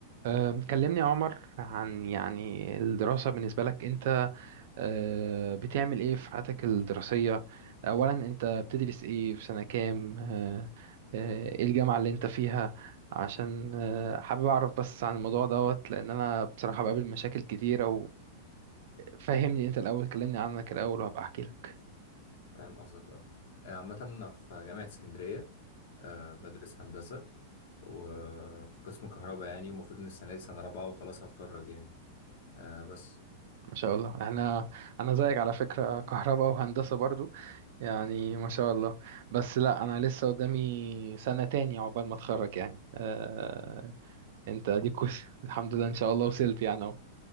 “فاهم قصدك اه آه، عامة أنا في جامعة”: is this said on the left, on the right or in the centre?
Left